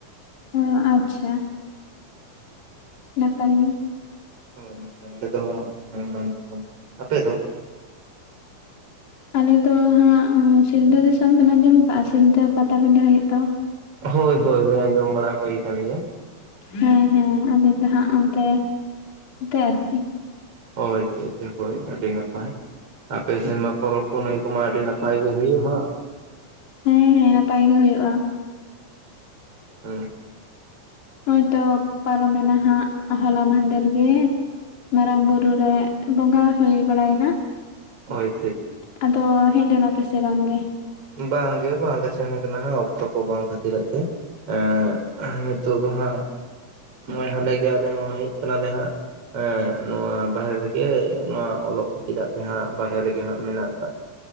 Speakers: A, on the left (about 70°); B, on the right (about 45°).
A: ᱚ ᱟᱪᱪᱷᱟ ᱱᱟᱯᱟᱭ ᱜᱮ
B: ᱦᱳᱭ ᱟᱞᱮ ᱫᱚ ᱱᱟᱢᱟᱞ ᱫᱤᱥᱚᱢ, ᱟᱯᱮ ᱫᱚ?
A: ᱟᱞᱮᱫᱚ ᱦᱟᱸᱜ ᱥᱤᱞᱫᱟᱹ ᱫᱤᱥᱚᱢ ᱵᱮᱱ ᱟᱡᱚᱢ ᱟᱠᱟᱜ-ᱟ, ᱥᱤᱞᱫᱟᱹ ᱯᱟᱴᱟᱵᱤᱰᱟᱹ ᱦᱩᱭᱩᱜ ᱫᱚ,
B: ᱦᱳᱭ ᱦᱳᱭ ᱟᱸᱡᱚᱢ ᱵᱟᱲᱟ ᱦᱩᱭ ᱟᱠᱟᱱ ᱜᱮᱭᱟ᱾
A: ᱦᱮᱸ ᱦᱮᱸ ᱟᱞᱤᱧ ᱫᱚ ᱦᱟᱸᱜ ᱚᱱᱛᱮ ᱱᱚᱛᱮ ᱟᱨᱠᱤ
B: ᱦᱳᱭ ᱟᱪᱪᱷᱟ ᱟᱪᱪᱷᱟ ᱦᱳᱭ ᱟᱹᱰᱤ ᱱᱟᱯᱟᱭ ᱟᱯᱮ ᱥᱮᱱᱢᱟ ᱯᱚᱨᱚᱵᱽ ᱠᱩᱱᱟᱭ ᱠᱚᱢᱟ ᱟᱹᱰᱤ ᱱᱟᱯᱟᱭ ᱜᱮ ᱦᱩᱭᱩᱜ-ᱟ ᱦᱟᱜ᱾
A: ᱦᱮᱸ ᱦᱮᱸ ᱱᱟᱯᱟᱭ ᱜᱮ ᱦᱩᱭᱩᱜ-ᱟ᱾
B: <unintelligible>
A: ᱦᱚᱭ ᱚ ᱯᱟᱨᱚᱢᱮᱱᱟ ᱦᱟᱜ ᱦᱚᱞᱟ ᱢᱟᱫᱷᱮᱨ ᱜᱮ ᱢᱟᱨᱟᱝ ᱵᱩᱨᱩ ᱨᱮ ᱵᱚᱸᱜᱟ ᱦᱩᱭ ᱵᱟᱲᱟᱭᱮᱱᱟ᱾
B: <unintelligible>
A: ᱟᱫᱚ ᱦᱮᱡ ᱞᱮᱱᱟ ᱯᱮᱥᱮ ᱵᱟᱝ ᱜᱮ?
B: ᱵᱟᱝ ᱜᱮ ᱵᱟᱝᱞᱮ ᱥᱮᱱ ᱠᱟᱱᱟ ᱚᱠᱛᱚ ᱠᱚ ᱵᱟᱝ ᱠᱷᱟᱹᱛᱤᱨ ᱟᱜ ᱛᱮ, ᱮ ᱱᱤᱛᱚᱜ ᱟ ᱦᱟᱸᱜ ᱱᱚᱜ-ᱚᱭ ᱦᱟᱸᱰᱮ ᱜᱮ ᱟᱞᱮ ᱦᱚᱸ ᱦᱮᱡ ᱠᱟᱱᱟᱞᱮ ᱦᱟᱸᱜ ᱦᱮᱸ ᱱᱚᱣᱟ ᱵᱟᱨᱦᱮ ᱨᱮᱜᱮ ᱱᱚᱣᱟ ᱚᱞᱚᱜ ᱠᱷᱟᱹᱛᱤᱨᱟᱜ ᱛᱮᱦᱟᱸᱜ ᱵᱟᱨᱦᱮ ᱨᱮᱜᱮ ᱦᱟᱸᱜ ᱢᱮᱱᱟᱜ ᱠᱟᱜ